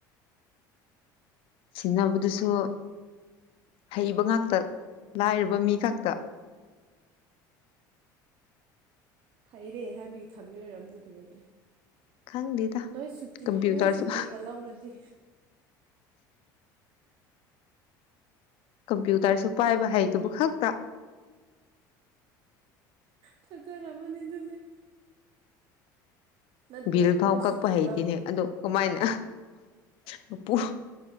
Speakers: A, on the left (about 60°); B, on the right (about 55°).
A: ꯁꯤꯟꯅꯕꯗꯨꯁꯨ ꯍꯩꯕ ꯉꯥꯛꯇ ꯂꯥꯏꯔꯕ ꯃꯤ ꯈꯛꯇ
B: ꯍꯩꯔꯦ ꯍꯥꯏꯕꯒꯤ ꯊꯝꯃꯤ ꯑꯣꯏꯔꯝꯅꯦ ꯀꯔꯤ
A: ꯈꯪꯗꯦꯗ
B: ꯅꯣꯏ ꯁꯨꯇꯤ
A: ꯀꯝꯄ꯭ꯌꯨꯇꯔꯁꯨ
B: ꯅꯣꯏ ꯁꯨꯇꯤꯒ ꯂꯧꯔꯗꯤ
A: ꯀꯝꯄ꯭ꯌꯨꯇꯔꯁꯨ ꯄꯥꯏꯕ ꯍꯩꯗꯨꯕꯨ ꯈꯛꯇ
B: ꯐꯖꯔꯃꯅꯤ ꯑꯗꯨꯗꯤ ꯅꯠꯇꯦ
A: ꯚꯤꯜ ꯐꯥꯎ
B: ꯅꯣꯏ
A: ꯀꯛꯄ
B: ꯁꯨꯇꯤ
A: ꯍꯩꯇꯦꯅꯦ
B: ꯂꯧ
A: ꯑꯗꯣ ꯀꯃꯥꯏꯅ ꯃꯄꯨ